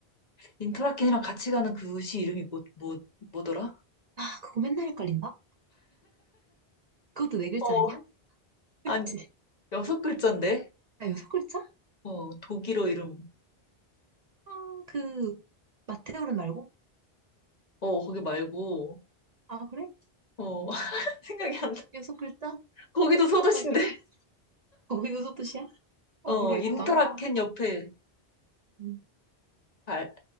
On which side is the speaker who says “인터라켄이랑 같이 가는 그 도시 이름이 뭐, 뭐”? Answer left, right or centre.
Left